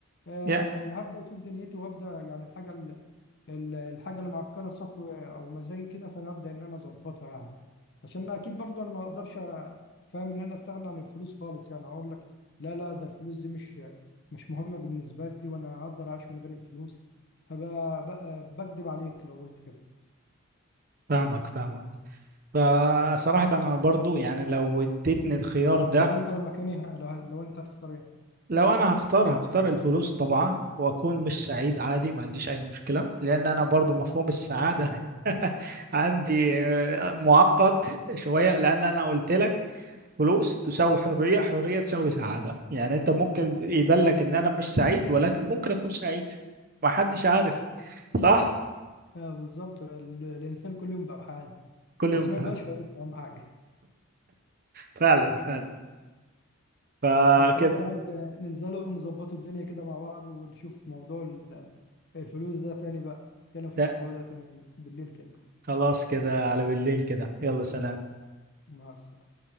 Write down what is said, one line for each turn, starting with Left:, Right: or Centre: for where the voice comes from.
Left: آه،
Right: يا
Left: هبدا اشوف دنيتي وابدا يعني الحاجه ال- الحاجه اللي معكره صفو او مزاجي كده فانا هبدا ان انا اظبطها يعني عشان انا اكيد برضو انا ما اقدرش أ- فاهم ان انا استغنى عن الفلوس خالص يعني اقول لك لا لا ده الفلوس دي مش مش مهمه بالنسبه لي وانا اقدر اعيش من غير الفلوس هبقى بقى- بكدب عليك لو قلت كده
Right: فاهمك فاهمك فصراحة انا برضو يعني لو اديتني الخيار
Left: لو
Right: ده
Left: لو انت مكاني ه- لو, لو انت هتختار ايه
Right: لو انا هختار هختار الفلوس طبعا واكون مش سعيد عادي ما عنديش اي مشكلة لان انا برضو
Left: <laughs>
Right: مفهوم السعادة <laughs> عندي آه، معقد شوية لان انا قلت لك فلوس تساوي حرية حرية تساوي سعادة يعني انت ممكن يبان لك ان انا مش سعيد ولكن ممكن اكون سعيد ما حدش عارف صح
Left: آه، بالظبط ال- الانسان كل يوم بحال
Right: كل
Left: بس
Right: يوم فعلا
Left: ما يبقاش فريق اهم حاجه
Right: فعلا فعلا فكده
Left: طب خلاص يا عم ننزلوا ونظبطوا الدنيا كده مع بعض ونشوف موضوع الفلوس ده تاني بقى نتكلم في
Right: ده
Left: الموضوع ده تاني بالليل كده
Right: خلاص كده على بالليل كده يلا سلام
Left: مع السلامة